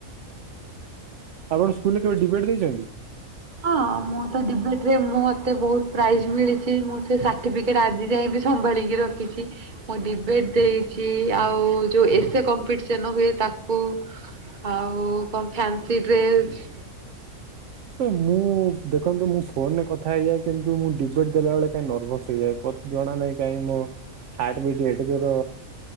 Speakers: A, on the right (about 65°); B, on the right (about 40°).
A: ଆପଣ ସ୍କୁଲରେ କେବେ ଡିବେଟ୍ ଦେଇଛନ୍ତି?
B: ହଁ ମୁଁ ତ ଡିବେଟ୍ ରେ ମୁଁ ମତେ ବହୁତ ପ୍ରାଇଜ୍ ମିଳିଛି ମୁଁ। ସେ ସାର୍ଟିଫିକେଟ ଆଜି ଯାଏଁ ବି ସମ୍ଭାଳିକି ରଖିଛି। ମୁଁ ଡିବେଟ୍ ଦେଇଛି ଆଉ ଯୋଉ ଏସେ କମ୍ପିଟିସନ୍ ହୁଏ ତାକୁ। ଆଉ କଣ ଫ୍ୟାନ୍ସି ଡ୍ରେସ୍।
A: ମୁଁ ଦେଖନ୍ତୁ ମୁଁ ଫୋନରେ କଥା ହେଇଯାଏ କିନ୍ତୁ ମୁଁ ଡିବେଟ୍ ଦେଲା ବଳେ କାହିଁ ନର୍ଭସ୍ ହେଇଯାଏ। ମତେ ଜଣା ନାହିଁ କାହିଁକି ମୋ ହାର୍ଟ ବିଟ ଏଡେ ଜୋର।